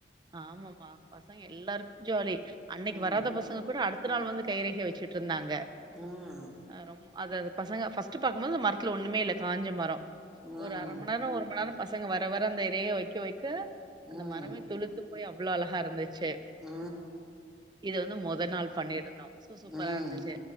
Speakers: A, on the right; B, in the centre.
A: ஆமாம்மா பசங்க எல்லாருக்கு ஜாலி அன்னைக்கு
B: ம்
A: வராத பசங்க கூட அடுத்த நாள் வந்து கைரேக வச்சிட் ருந்தாங்க
B: ம்
A: ஆ ரொம் அது அது பசங்க ஃபஸ்ட்டு பாக்கும் போது அந்த மரத்துல ஒன்னுமே இல்ல காஞ்ச மரம்
B: ம்
A: ஒரு அர மண்நேர ஒரு மண்நேரம் பசங்க வர வர அந்த ரேக வக்க வக்க
B: ம்
A: அந்த
B: ம்
A: மரமே துளுத்து போய் அவ்வளோ அழகா இருந்துச்சு
B: ஆ
A: இத வந்து மொத நாள் பண்ணிருந்தோ சூ சூப்பரா
B: ம்
A: இருந்துச்சு